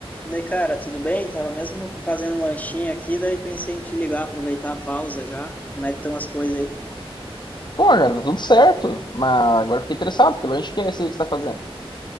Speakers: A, on the left; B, on the left.
A: Daí, cara, tudo bem? Tava mesmo fazendo um lanchinho aqui, daí pensei em te ligar, aproveitar a pausa já. Como é que estão as coisas aí?
B: Pô, cara, tá tudo certo. Mas agora eu fiquei interessado. Que lanche que é esse aí que você tá fazendo?